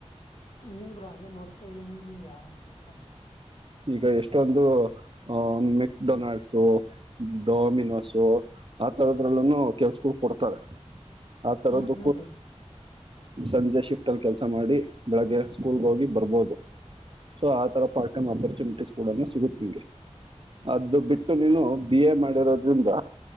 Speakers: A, on the left; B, on the right.
A: ಹ್ಮ ಅೇ ನೋಡ್ತಾ ಇದೀನಿ ಯಾವ ಕೆಲ್ಸ
B: ಈಗ ಎಷ್ಟೊಂದು ಅಹ ಮೆಕ್ಡೊನಾಲ್ಡ್ಸು ಡಾಮಿನೋಸು ಆ ತರದ್ರಲ್ಲನು ಕೆಲ್ಸಗಳು ಕೊಡ್ತಾರೆ <unintelligible>
A: ಹ್ಮ್ ಹ್ಮ್ ಬ್ರೋ
B: ಸಂಜೆ ಶಿಫ್ಟಲ್ಲಿ ಕೆಲಸ ಮಾಡಿ ಬೆಳಗ್ಗೆ ಸ್ಕೂಲ್ಗೆ ಹೋಗಿ ಬರ್ಬೋದು ಸೊ ಆ ತರ ಪಾರ್ಟ್ ಟೈಮ್ ಅಪಾರ್ಚುನಿಟೀಸ್ ಕೂಡ ಸಿಗುತ್ತ ನಿಮಗೆ ಅದು ಬಿಟ್ಟು ನೀನು ಬಿ ಎ ಮಾಡಿರೋದ್ರಿಂದ